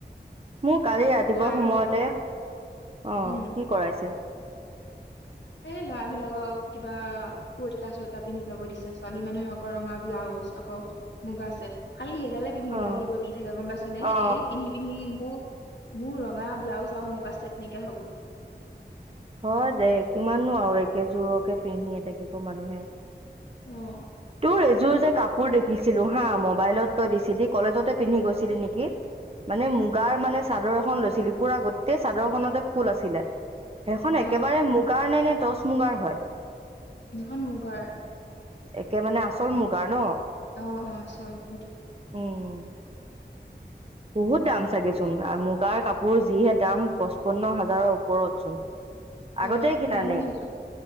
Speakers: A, on the right; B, on the left.
A: মোৰ কালি ৰাতিপুৱা
B: লৰাবিলাকক
A: সময়তে অ'
B: উম
A: কি কৰাইছিল?
B: এ ল'ৰা বিলাকক কিবা কুুৰ্তা চুৰ্তা পিন্ধি যাব দিছে, ছোৱালী মানুহক ৰঙা ব্লাউজ আকৌ, মুগা ছেট। খালি সেইডালে পিন্ধি
A: অ
B: থাকিব দি থাকে গম পাইছ নে?
A: অ
B: এই পিন্ধি পিন্ধি মোক মোৰ ৰঙা ব্লাউজ আৰু মুগা ছেট নাইকিয়া হৈ গ'লগৈ।
A: হয় দে, কিমাননু আৰু একেযোৰকে পিন্ধিয়ে থাকিব মানুহে?
B: উম
A: তোৰ এযোৰ যে কাপোৰ দেখিছিলো হা, মোবাইলত তই দিছিলি। কলেজতে পিন্ধি গৈছিলি নেকি? মানে মুগাৰ মানে চাদৰ এখন লৈছিলি, পুৰা গোটেই চাদৰখনতে ফুল আছিলে। সেইখন একেবাৰে
B: অ
A: মুগাৰ নে, নে টচ মুগাৰ হয়?
B: সেইখন মুগাৰ
A: একে মানে আচল মুগাৰ ন?
B: অ অ চৰি সেইটো
A: উম। বহুত দাম চাগেচোন মুগাৰ কাপোৰ যিহে দাম পঁচপন্ন হাজাৰৰ ওপৰত চোন। আগতেই
B: অ
A: কিনা
B: দামী
A: নি?
B: সেইযোৰ